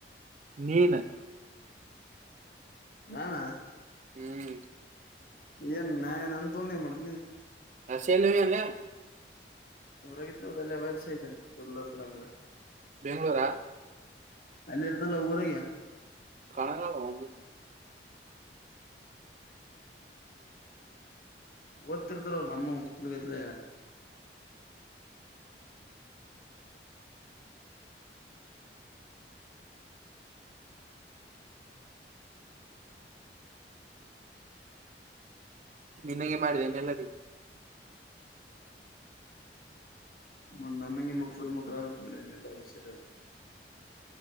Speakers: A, on the right; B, on the left.
A: ನೀನ್.
B: ನಾನ.
A: ಹ್ಮ್.
B: ಏನ್ ನ ನನ್ ತೊಂದೆ ಮಾಡತನಿ
A: ಹ ಸೇ ಎಲ್ಲರಿ ಅಲ್ಲಯ
B: ಊರಾಗಿದ್ರು ಅದಲ್ಲಿಯಸ ಐತೆನೆ ಸುಲ್ಲ ಸಲಮ
A: ಬೆಂಗ್ಗಳೂರಾ
B: ಅಲ್ಲಿ ಇರ್ತ ನವಗುರಾಗ
A: ಕಾಣ ನಾವಂಗ
B: ಓದ್ತಿರ್ತಾರ ನಮ್ಮ ಉಸ್ತಗೈತ್ಲ
A: ನಿನಗೆ ಮಾಡಿದೆೇನೆ ಎಲ್ಲರಿ
B: ಮ ನನಗೆ ಮುಖು ಮುಖ ಆರಂ ಎಲ್ಲ ಹುಷಾರ